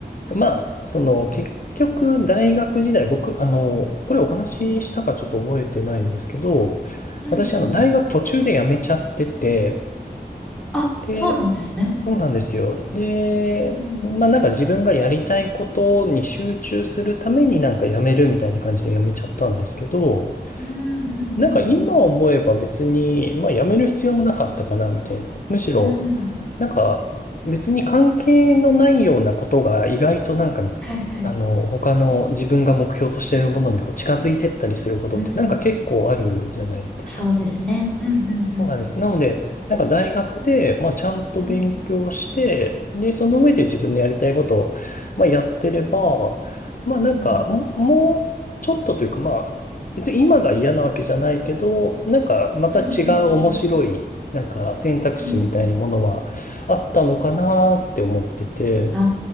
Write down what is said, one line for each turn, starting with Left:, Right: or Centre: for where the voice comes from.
Left: まあ、その結局大学時代、僕、あの、これお話ししたかちょっと覚えてないんですけど、
Centre: うん。うんうんうん。
Left: 私、あの、大学途中で辞めちゃってて、
Centre: あ、
Left: で、
Centre: そうなんですね。
Left: そうなんですよ。で、
Centre: うんうん。
Left: まあなんか自分がやりたいことに集中するためになんか辞めるみたいな感じで辞めちゃったんですけど、
Centre: うんうんうん
Left: なんか今思えば別に、まあ辞める必要もなかったかなみたいな。むしろ、
Centre: うん。うん。
Left: なんか別に関係のないようなことが意外となんか、
Centre: はいはい。
Left: あの、他の自分が目標としているものにこう近づいてったりすることってなんか結構あるじゃないですか。
Centre: うん。そうですね。うんうんうん。
Left: そうなんです。なので、なんか大学で、まあ、ちゃんと勉強して、
Centre: うん
Left: で、その上で自分のやりたいことを、まあ、やってれば、まあ、
Centre: うんうん。
Left: なんか、ももうちょっとというか、まあ、別に今が嫌なわけじゃないけど、なんか、また違う面白い、
Centre: うんうんうん。
Left: なんか選択肢みたいなものはあったのかなって思ってて、
Centre: うんうん。あ